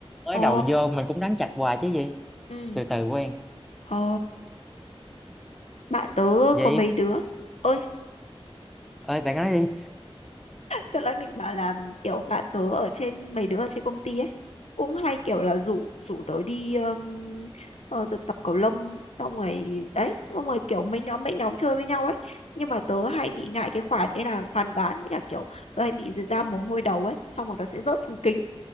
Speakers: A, in the centre; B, on the left (about 90°).
A: mới
B: ồ
A: đầu vô mình cũng đánh chạch hoài chứ gì
B: ừ
A: từ từ quen
B: ồ bạn tớ
A: vậy
B: có mấy đứa ơi
A: ơi bạn nói đi
B: Tớ đang định bảo là kiểu bạn tớ ở trên mấy đứa ở trên công ty ấy cũng hay kiểu là rủ rủ tớ đi um, ờ, tớ tập cầu lông xong rồi đấy xong rồi kiểu mấy nhóm mấy nhóm chơi với nhau ấy nhưng mà tớ hay bị ngại cái khoản đấy là phàn nàn với cả kiểu tớ hay bị ra mồ hôi đầu ấy xong rồi nó sẽ rớt xuống kính